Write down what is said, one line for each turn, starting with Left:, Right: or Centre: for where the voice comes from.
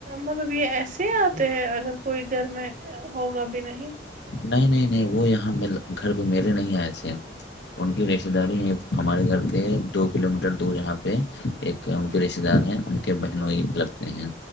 Right: مطلب یہ ایسے ہی آتے ہیں اگر کوئی گھر میں ہوگا بھی نہیں
Left: نہیں نہیں نہیں وہ یہاں گھر پہ میرے نہیں آئے تھے ان کی رشتے داری ہمارے گھر پہ دو کلو میٹر دور یہاں پہ ایک ان کے رشتے دار ہیں ان کے بہنوں ہی لگتے ہیں